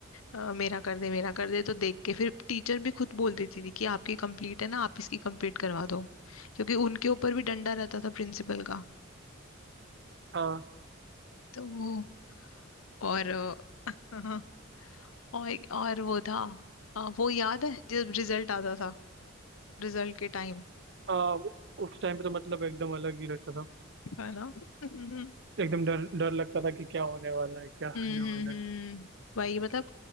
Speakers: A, on the left; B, on the right.
A: "अ, मेरा कर दे मेरा कर दे तो देख के फिर टीचर भी खुद बोल देती थी कि आपकी कंप्लीट है ना आप इसकी कंप्लीट करवा दो क्योंकि उनके ऊपर भी डंडा रहता था प्रिंसिपल का
B: हाँ
A: तो वो और अ, हाँ, और और वो था अ, वो याद है जब रिजल्ट आता था रिजल्ट के टाइम
B: हाँ वो- उस टाइम पे तो मतलब एकदम अलग ही रहता था
A: है ना हम्म
B: एकदम डर डर लगता था कि क्या होने वाला है क्या
A: हम्म
B: होने वाला
A: हम्म।
B: है
A: वही मतलब